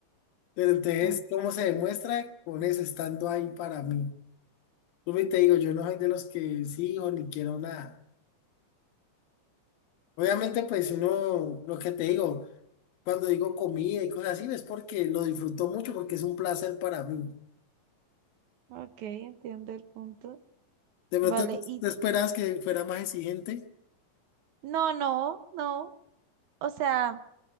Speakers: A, on the left; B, on the right.
A: Pero entonces,
B: Ah,
A: ¿cómo se demuestra? Con eso, estando ahí para mí. Vuelvo y te digo, yo no soy de los que sí o ni quiero nada. Obviamente, pues uno, lo que te digo. cuando digo comida y cosas así, es porque lo disfruto mucho, porque es un placer para mí.
B: ok, entiendo el punto.
A: De pronto
B: Vale,
A: tú
B: y
A: tú esperabas que fuera más exigente.
B: no, no, no, o sea.